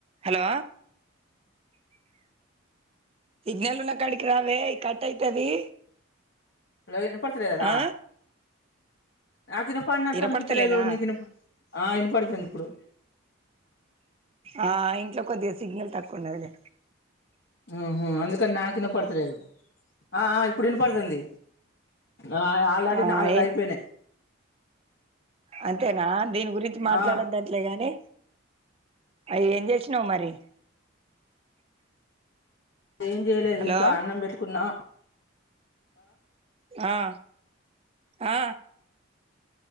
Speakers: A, on the right; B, on the left.
A: Hello signal ఉన్న కడికి రావే కట్ అయితది
B: హలో వినపడుతులేదా
A: ఆ
B: నాకిన పడినట్టు
A: ఇనపడతలేదా
B: అనిపించలేదు నీకు ఆ వినపడుతుంది ఇప్పుడు
A: ఆ ఇంట్లో కొద్దిగా సిగ్నల్ తక్కువ ఉన్నది లే
B: మ్మ్ హ్మ్ అందుకని నాకు వినపడతలేదు ఆ ఇప్పుడు వినపడుతుంది ఆ ఆల్రెడీ
A: ఆ
B: నాలుగు
A: ఏ
B: అయిపోయినాయి
A: అంతేనా దీని గురించి మాట్లాడదంట్లే
B: ఆ
A: గాని అవి ఏం చేసినావు మరి
B: ఏం చేయలేదు
A: హలో
B: ఇంకా అన్నం పెట్టుకున్నాం
A: ఆ ఆ